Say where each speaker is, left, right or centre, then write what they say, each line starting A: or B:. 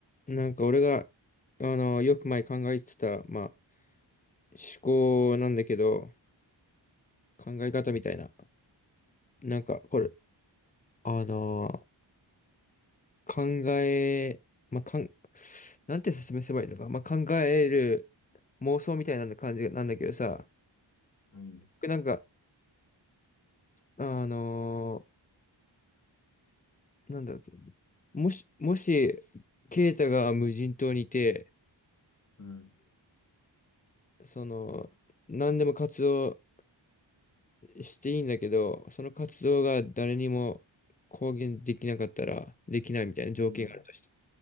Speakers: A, on the left; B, on the left.
A: なんか俺が、あの、よく前考えてた、まあ、思考なんだけど、考え方みたいな。なんか、これ、あの、考え、まあ、かん、なんて説明すればいいのか。まあ、考える妄想みたいな感じなんだけどさ、
B: うん、
A: なんか、あの、なんだろう、もし、もし、ケイタが無人島にいて、
B: うん、
A: その、何でも活動していいんだけど、その活動が誰にも公言できなかったら、できないみたいな条件があるとして、
B: うん、